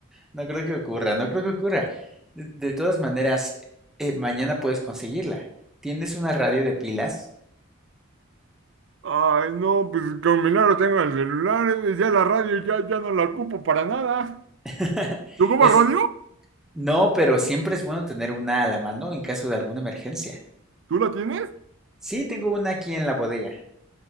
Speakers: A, in the centre; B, on the right (about 60°).
A: No creo que ocurra, no creo que ocurra. De, de todas maneras, eh, mañana puedes conseguirla. ¿Tienes una radio de pilas?
B: Ay, no, pues con milagro tengo el celular. eh, Ya la radio ya, ya no la ocupo para nada.
A: <laughs>
B: ¿Tú ocupas
A: Es,
B: radio?
A: no, pero siempre es bueno tener una a la mano en caso de alguna emergencia.
B: ¿Tú la tienes?
A: Sí, tengo una aquí en la bodega.